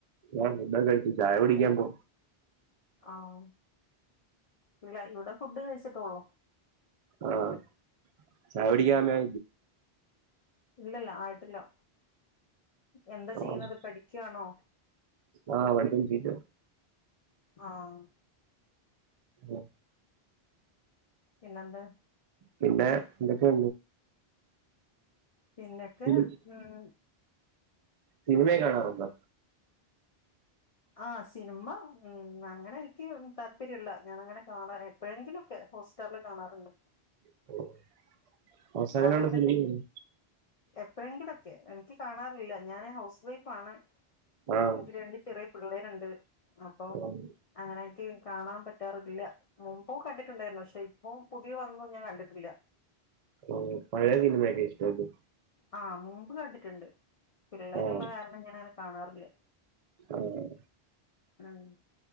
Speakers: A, on the right; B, on the left.
A: ആഹ് ഫുഡൊക്കെ കഴിച്ചു ചായ കുടിക്കാൻ പോ
B: ആഹ് ഇവിടെ ഇവിടെ ഫുഡ് കഴിച്ചിട്ടൊള്ളൂ
A: ആഹ് ചായകുടിക്കാമേ
B: ഉം ഇല്ലല്ല ആയിട്ടില്ലോ എന്താ
A: ആഹ്
B: ചെയ്യുന്നത് പഠിക്കാണോ
A: ആഹ് പടിച്ചോണ്ടിരിക്ക
B: ആഹ്
A: ഉം
B: പിന്നെന്ത്
A: പിന്നെ എന്തൊക്കെയ
B: പിന്നൊക്കെ
A: ഫിലിം
B: ഉം
A: സിനിമയൊ കാണാറുണ്ടോ
B: ആഹ് സിനിമ ഉം അങ്ങനെ എനിക്ക് താല്പര്യല്ല ഞാനങ്ങനെ കാണാൻ എപ്പോഴെങ്കിലൊക്കെ പോസ്റ്ററില് കാണാറുണ്ട്
A: <unintelligible>
B: അവിടെ എങ്ങനെ സിനി എപ്പോഴെങ്കിലൊക്കെ എനിക്ക് കാണാറില്ല ഞാന് ഹൗസ് വൈഫാണ്
A: ആഹ്
B: എനിക്ക് രണ്ട് ചെറിയ പിള്ളേരുണ്ട് അപ്പൊ
A: ആഹ്
B: അങ്ങനെയൊക്കെ കാണാൻ പറ്റാറില്ല മുമ്പ് കണ്ടിട്ടുണ്ടായിരുന്നു പക്ഷെ ഇപ്പം പുതിയ വന്നും ഞാൻ കണ്ടിട്ടില്ല
A: ആഹ് പഴയ സിനിമെക്ക ഇഷ്ടൊല്ലെ
B: ആഹ് മുമ്പ് കണ്ടിട്ടുണ്ട് പിള്ളേരുള്ള
A: ആഹ്
B: കാരണം ഇങ്ങനെ അങ്ങനെ കാണാറില്ല
A: ആഹ്
B: ആഹ്